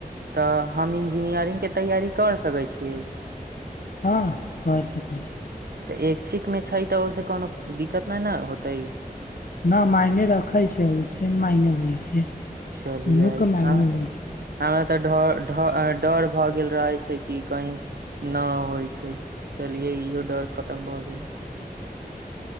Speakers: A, on the right (about 85°); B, on the left (about 65°).
A: तऽ हम इंजीनियरिंग के तैयारी कर सकै छियै
B: हँ कऽ सकैत छी
A: तऽ एक्छिक में छै तऽ ओहिस कोनो दिक्कत नहि न होतै
B: न मायने रखे छै ओ से मायने होइ छै
A: छलियै
B: दुनू के मायने
A: हँ
B: होइ छै
A: हमरा तऽ ढऽ ढऽ डर भए गेल रहे छै कि कही न होइ छै चलिये इहो डर खतम भऽ गेल